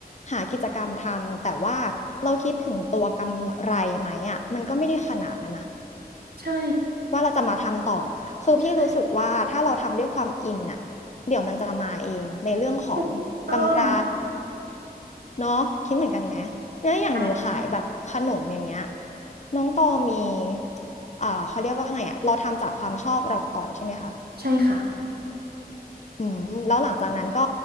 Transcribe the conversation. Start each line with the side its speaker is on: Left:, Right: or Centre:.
Left: หากิจกรรมทำแต่ว่าเราคิดถึงตัวกำไรไหมอ่ะมันก็ไม่ได้ขนาดนั้นนะ
Right: ใช่
Left: ว่าเราจะมาทำต่อ คือพี่รู้สึกว่าถ้าเราทำด้วยความอินอ่ะเดี๋ยวมันจะมาเองในเรื่องของกำไร
Right: ใช่ถูกต้อง
Left: เนาะคิดเหมือนกันไหมเนี่ยอย่างหนูขายแบบขนมอย่างเงี้ย
Right: อ่ะ
Left: น้องตอมีเอ่อเขาเรียกว่าไงอะเราทำจากความชอบเราก่อนใช่ไหมคะ
Right: ใช่ค่ะ
Left: อืมแล้วหลังจากนั้นก็